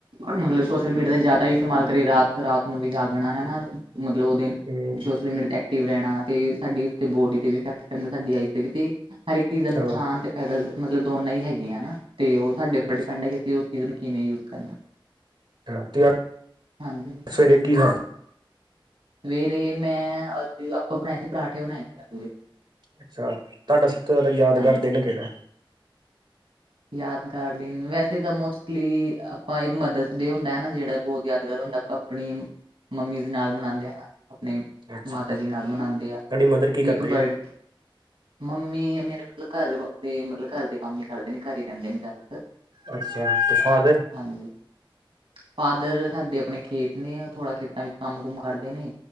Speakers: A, on the right (about 80°); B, on the right (about 60°).
A: ਮਤਲਬ ਸੋਸ਼ਲ ਮੀਡੀਆ ਦਾ ਜ਼ਿਆਦਾ ਹੀ ਇਸਤੇਮਾਲ ਕਰੀਏ ਰਾਤ -ਰਾਤ ਨੂੰ ਵੀ ਜਾਗਣਾ ਹਨਾ। ਮਤਲਬ ਉਹ ਦਿਨ
B: ਹੂੰ
A: ਸੋਸ਼ਲ ਮੀਡੀਆ ਤੇ ਐਕਟਿਵ ਰਹਿਣਾ, ਤੇ ਸਾਡੀ ਬੋਡੀ ਤੇਡਿਫੈਕਟ ਪੈਂਦਾ, ਸਾਡੀ ਆਈਸ ਤੇ ਵੀ ਤੇ ਹਰ ਇੱਕ ਚੀਜ਼
B: ਅੱਛਾ
A: ਦਾ ਨੁਕਸਾਨ ਤੇ ਫੈਦਲ ਮਤਲਬ ਦੋਨਾਂ ਹੀ ਹੈਗੇਆਂ ਨਾ, ਤੇ ਉਹ ਸਾਡੇ ਉੱਪਰ
B: ਅੱਛਾ
A: ਡਿਪੈਂਡ ਹੈ ਵੀ ਉਸ ਚੀਜ਼ ਨੂੰ ਕਿਵੇਂ ਯੂਜ ਕਰਨਾ।
B: ਅ
A: ਹਾਂਜੀ ਹਾਂਜੀ
B: ਸਵੇਰੇ ਕੀ
A: ਤੋ
B: ਖ <unintelligible>
A: ਸਵੇਰੇ ਮੈਂ ਆਪਾਂ ਬਣਾਏ ਸੀ ਪਰਾਂਠੇ ਬਣਾਏ ਸੀ, ਆਲੂ ਦੇ।
B: ਅੱਛਾ। ਤੁਹਾਡਾ ਸਭ ਤੋਂ ਜ਼ਿਆਦਾ ਯਾਦਗਾਰ
A: ਹਾਂਜੀ
B: ਦਿਨ ਕਿਹੜਾ?
A: ਯਾਦਗਾਰ ਦਿਨ, ਵੈਸੇ ਤਾਂ ਮੋਸਟਲੀ ਆਪਾਂ ਇੱਕ ਮਦਰਸ ਡੇ ਹੁੰਦਾ ਹੈ। ਨਾ ਜਿਹੜਾ ਬਹੁਤ ਯਾਦਗਾਰ ਹੁੰਦਾ, ਆਪਾਂ ਆਪਣੀ ਮੰਮੀ ਦੇ ਨਾਲ ਮਨਾਦੇ ਹਾਂ ਆਪਣੀ
B: ਅੱਛਾ
A: ਮਾਤਾ ਜੀ ਨਾਲ ਮਨਾਦੇ ਆ
B: ਤੁਹਾਡੀ ਮਦਰ ਕੀ
A: ਤੇ
B: ਕਰਦੇ
A: ਇੱਕ ਬਰਡ
B: ਆ
A: ਮੰਮੀ ਮੇਰੇ ਮਤਲਬ ਘਰ ਮਤਲਬ ਘਰ ਦੇ ਕੰਮ ਹੀ ਕਰਦੇ ਨੇ, ਘਰ ਹੀ ਰਹਿੰਦੇ ਨੇ ਜ਼ਦਾਤਰ
B: ਅੱਛਾ ਤੇ ਫਾਦਰ।
A: ਹਾਂਜੀ। ਫਾਦਰ ਸਾਡੇ ਆਪਣੇ ਖੇਤ ਨੇ ਥੋੜਾ ਖੇਤਾਂ ਵਿੱਚ ਕੰਮ ਕੁਮ ਕਰਦੇ ਨੇ